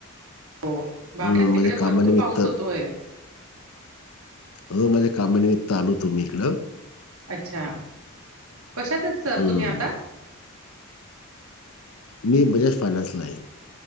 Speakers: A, on the right (about 75°); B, on the left (about 80°).
A: हो.
B: हम्म,
A: बाबा तिकडे
B: माझ्या कामानिमित्त
A: भरपूर पाऊस होतोय.
B: हो माझ्या कामानिमित्त आलो होतो मी इकडं.
A: अच्छा. कशात आहेत सर
B: हम्म.
A: तुम्ही आता?
B: मी बजाज फायनान्सला आहे.